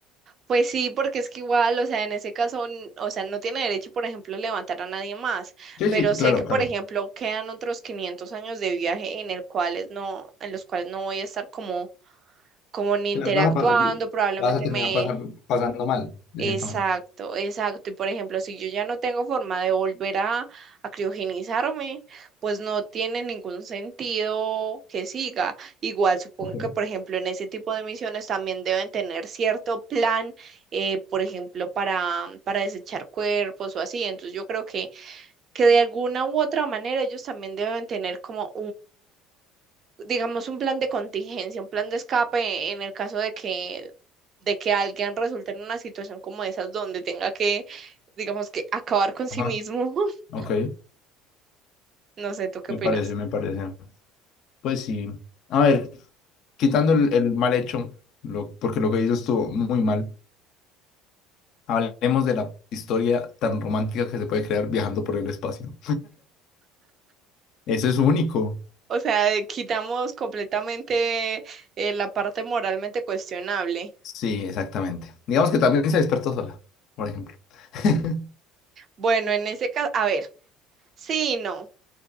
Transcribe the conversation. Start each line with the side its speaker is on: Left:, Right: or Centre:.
Right: Pues sí, porque es que igual, o sea, en ese caso, n- o sea, no tiene derecho, por ejemplo, levantar a nadie más,
Left: Sí,
Right: pero
Left: sí, claro,
Right: sé que, por
Left: claro.
Right: ejemplo, quedan otros 500 años de viaje en el cuales no, en los cuales no voy a estar como, como ni interactuando,
Left: que las vas a pasar,
Right: probablemente
Left: vas a terminar
Right: me,
Left: pasar, pasando mal, de
Right: Exacto,
Left: cierta manera.
Right: exacto. Y por ejemplo, si yo ya no tengo forma de volver a, a criogenizarme, pues no tiene ningún sentido que siga. Igual supongo
Left: Ok.
Right: que, por ejemplo, en ese tipo de misiones también deben tener cierto plan, eh, por ejemplo, para, para desechar cuerpos o así. Entonces yo creo que, que de alguna u otra manera ellos también deben tener como digamos, un plan de contingencia, un plan de escape en el caso de que, de que alguien resulte en una situación como esas donde tenga que, digamos, que acabar con sí
Left: Ajá,
Right: mismo. <laughs>
Left: ok.
Right: No sé, ¿tú qué
Left: Me
Right: opinas?
Left: parece, me parece. Pues sí. A ver, quitando el, el mal hecho, lo, porque lo que hizo estuvo muy mal. Hablemos de la historia tan romántica que se puede crear viajando por el espacio. Eso es único.
Right: O sea, eh, quitamos completamente eh, la parte moralmente cuestionable.
Left: Sí, exactamente. Digamos que también se despertó sola, por ejemplo. <laughs>
Right: Bueno, en ese caso, a ver, sí y no.